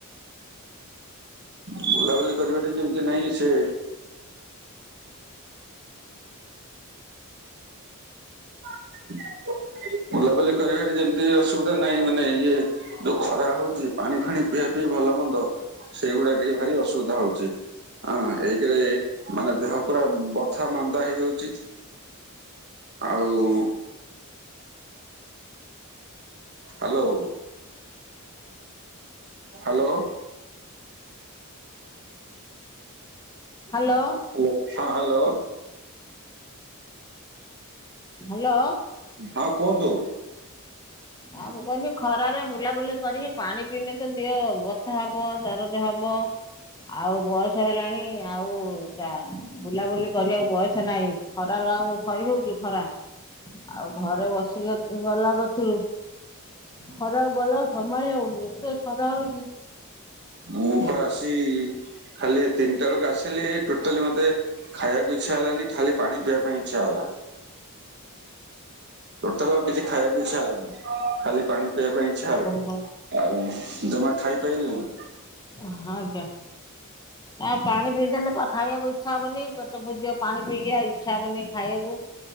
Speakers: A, on the right; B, on the left.
A: ବୁଲାବୁଲି କରିବାଟା ଯେମ୍ତି ନାହିଁ ସେ <inaudible> ବୁଲାବୁଲି କରିବାରେ ଯେମ୍ତି ଅସୁବିଧା ନାହିଁ, ମାନେ ଇଏ ଯୋଉ ଖରା ହଉଚି ପାଣି ଫାଣି ପିଆ ପିଇ ଭଲ ମନ୍ଦ ସେଇଗୁଡା ଟିକେ ଭାରି ଅସୁବିଧା ହଉଚି। ହଁ ଏକେରେ ମାନେ ଦେହ ପୁରା ବଥା ମାନ୍ଦା ହେଇଯାଉଚି ଆଉ ହାଲୋ। ହାଲୋ।
B: ହାଲୋ।
A: ହଁ ହାଲୋ।
B: ହ୍ୟାଲୋ।
A: ହଁ କୁହନ୍ତୁ।
B: ଆଉ ମୁଁ କହିଲି ଖରାରେ ବୁଲାବୁଲି କରିକି ପାଣି ପିଇିନେ ତ ଦିଅ ବଥା ହବ ଦରଜ ହବ ଆଉ ବୟସ ହେଲାଣି, ଆଉ ଟା ବୁଲାବୁଲି କରିବାକୁ ବୟସ ନାହିଁ। ଖରାରୁ ଆଉ ସହି ହଉଚି ଖରା, ଆଉ ଘରେ ବସିକି ଗଲା <unintelligible> ଖରାକୁ ଗଲାକୁ ସମାଳି ହଉନି, ଏତେ ଖରା ହଉଚି।
A: ମୁ ପା ଆସି ଖାଲି ଏ ତିନିଟା ବେଳୁକୁ ଆସିଲି ଟୋଟାଲି ମତେ ଖାଇବାକୁ ଇଚ୍ଛା ହେଲାନି ଖାଲି ପାଣି ପିଇବା ପାଇଁ ଇଚ୍ଛା ହେଲା। ଟୋଟାଲ ଆଉ କିଛି ଖାଇବାକୁ ଇଚ୍ଛା ହେଲାନି, ଖାଲି ପାଣି ପିଇବା ପାଇଁ ଇଚ୍ଛା ହେଲା
B: ହଁ।
A: ଆଉ ଜମା ଖାଇପାଇଲି ନେଇଁ।
B: ହଁ ଆଜ୍ଞା। ଆ ପାଣି ପିଇଦେଲେ ପା ଖାଇବାକୁ ଇଚ୍ଛା ହବନି ପେଟ ପୁରିଯିବ। ପାଣି ପିଇକି ଆ ଇଚ୍ଛା ହବନି ଖାଇଆକୁ।